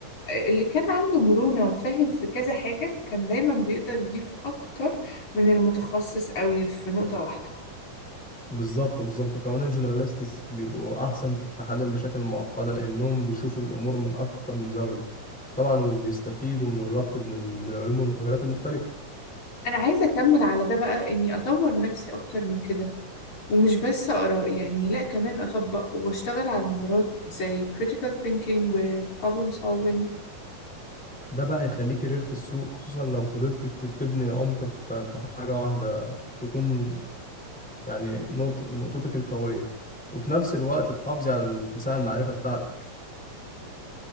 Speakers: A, on the left; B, in the centre.
A: اللي كان عنده مرونة وفاهم في كذا حاجة كان دايما بيقدر يضيف أكتر من المتخصص قوي في نقطة واحدة
B: بالظبط بالظبط كمان الجنراليستس بيبقوا احسن في حل المشاكل المعقده لانهم بيشوفوا الامور من اكتر من زاويه طبعا وبيستفيدوا من الربط بين ال- بين العلوم والمجالات المختلفه
A: أنا عايزة أكمل على ده بقى إني أطور نفسي أكتر من كده ومش بس آراء يعني لأ كمان أطبق وأشتغل على المهارات زي critical thinking و problem solving
B: ده بقى هيخليك كارير في السوق خصوصا لو فضلت ت- تبني عمق في في حاجه واحده تكون يعني نقط- نقطتك القويه وفي نفس الوقت تحافظي على الاتساع المعرفه بتاعتك